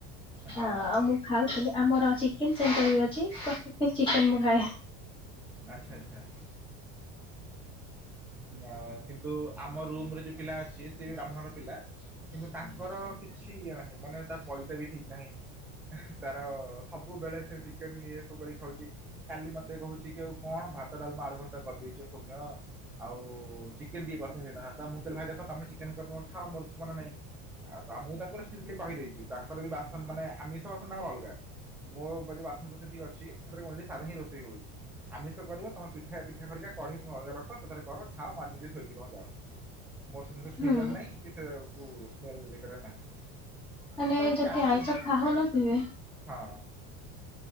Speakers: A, in the centre; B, on the left.
A: ହଁ ହଁ
B: ଆଉ
A: ହଁ
B: ମୁଁ ଖାଉଥିଲି ଆମର ଚିକେନ୍ ସେଣ୍ଟର ବି ଅଛି ପ୍ରତକ ଦିନ ଚିକେନ୍ ମୁଁ ଖାଏ।
A: ଆଚ୍ଛା ଆଚ୍ଛା। ନା କିନ୍ତୁ ଆମ ରୁମରେ ଯୋଉ ପିଲା ଅଛି ସେ ବ୍ରାହ୍ମଣ ଘର ପିଲା, କିନ୍ତୁ ତାଙ୍କର କିଛି ଇଏ ନାହିଁ ମାନେ ତା ପଇତା ବି ଠିକ୍ ନାହିଁ। ତାର ସବୁବେଳେ ସେ ଚିକେନ୍ ଇଏ ସବୁ କରିକି ଖାଉଛି କାଲି ମତେ କହୁଛି କି ଆଉ କଣ ଭାତ ଡାଲମା, ଆଳୁ ଭର୍ତା କରିଦେଇଛ ସୌମ୍ୟ ଆଉ ଚିକେନ୍ ଟିକେ କରି ଥିଲେ ହେଇଥାନ୍ତା, ମୁଁ କହିଲି ଭାଇ ଦେଖ ତମେ ଚିକେନ୍ କରିନ ଖାଅ ମୋର କିଛି ମାନ ନାଇଁ, ଆ ମୁ ତାଙ୍କ ଷ୍ଟ୍ରିଟ୍ଲି କହିଦେଇଛି ତାଙ୍କର ବି ବାସନ ମାନେ ଆମିଷ ବାସନ ତାଙ୍କର ଅଲଗା ମୋଉ ବାସନ କୁସନ ଅଛି ସେଥିରେ ସାଧା ହିଁ ଖାଲି ରୋଷେଇ ହଉଛି। ଆମିଷ କରିବ ତମ ପ ପିଠା ପିଠା କରିକା କଢେଇ ରଖ ସେଥିରେ କର ଖାଅ ମାଜି ମଜି ଥୋଇକି ତମର ଯାଓ। ମୋର ସେମିତି ଛୁଇଁବାର
B: ହୁଁ
A: ନାହିଁ। କି ସ୍ମେଲ କରିବାର ନାହିଁ।
B: ମାନେ
A: ତାପରେ ସେ
B: ଜଦୀ
A: ଜାଣିଛନ୍ତି
B: ଆଇଁଷ ଖାାଉ ନ ଥିବେ
A: ହଁ।